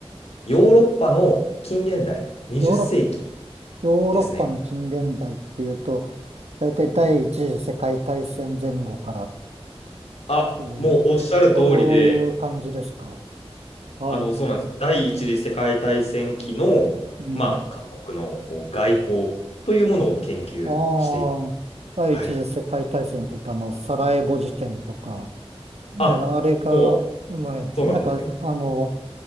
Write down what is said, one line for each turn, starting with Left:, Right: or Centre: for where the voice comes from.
Left: ヨーロッパの近現代、20世紀
Right: ヨーロッ、ヨーロッパの近現代っていうと、
Left: ですね。
Right: 大体第一次世界大戦前後からっ
Left: あ、
Right: ていう、
Left: もうおっしゃる通りで、
Right: そういう感じですかはい。
Left: あの、そうなんです。第一次世界大戦期の、
Right: うん。
Left: まあ、各国のこう外交というものを研究している。
Right: ああ、第一次世界大戦って言ったあの、
Left: はい。
Right: サラエボ事件とか、ね、
Left: あ、
Right: あれが、
Left: もう、
Right: まあ、なんか、
Left: そうなんですよ。
Right: あの、